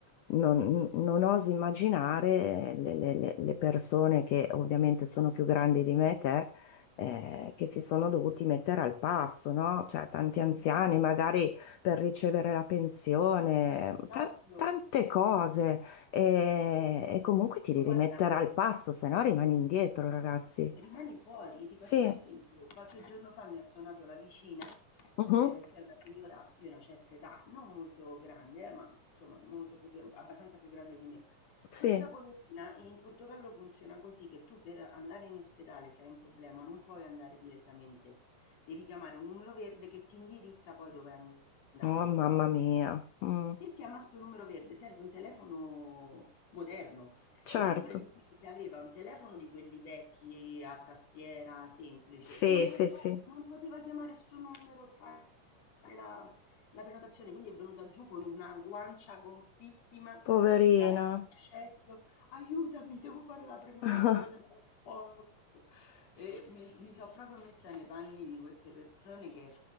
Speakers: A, on the left; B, on the left.
A: Non, non oso immaginare le, le- le- le persone che ovviamente sono più grandi di me e te, eh, che si sono dovuti mettere al passo, no? Cioè, tanti anziani
B: Anzi,
A: magari per ricevere la pensione,
B: esatto.
A: ta- tante cose. E, e comunque ti devi
B: Ma guarda,
A: mettere al passo, se no rimani indietro, ragazzi.
B: Rimani fuori e ti
A: Sì,
B: faccio un esempio. Qualche giorno fa mi ha suonato la vicina,
A: mhm,
B: ehm, che è una signora di una certa età, non molto grande eh, ma insomma molto più gr abbastanza più grande di me.
A: Sì.
B: Questa poverina in Portogallo funziona così che tu per andare in ospedale se hai un problema non puoi andare direttamente, devi chiamare un numero verde che ti indirizza poi dove andare.
A: Oh, mamma mia. Mm,
B: E chiama sto numero verde, serve un telefono moderno.
A: certo.
B: Lei praticamente aveva un telefono di quelli vecchi a tastiera semplice
A: Sì,
B: e non poteva,
A: sì, sì.
B: non poteva chiamare sto numero e fare la, la prenotazione, quindi è venuta giù con una guancia gonfissima
A: Poverina.
B: che aveva accesso. Aiutami, devo fare la prenotazione,
A: <laughs>
B: ma non posso. E mi, mi sono proprio messa nei panni di queste persone che